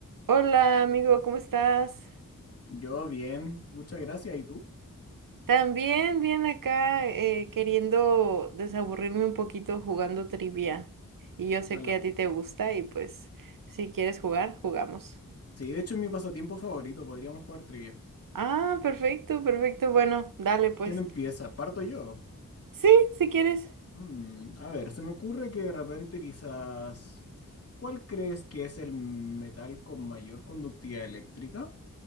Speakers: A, on the right (about 85°); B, on the left (about 45°).
A: Hola amigo, ¿cómo estás?
B: Yo bien, muchas gracias. ¿Y tú?
A: También bien acá eh, queriendo desaburrirme un poquito jugando trivia. Y yo sé
B: Ala-
A: que a ti te gusta y pues si quieres jugar, jugamos.
B: Sí, de hecho es mi pasatiempo favorito, podríamos jugar trivia.
A: Ah, perfecto, perfecto. Bueno, dale pues.
B: ¿Quién empieza? ¿Parto yo?
A: Sí, si quieres.
B: Mm, a ver, se me ocurre que de repente quizás... ¿Cuál crees que es el metal con mayor conductividad eléctrica?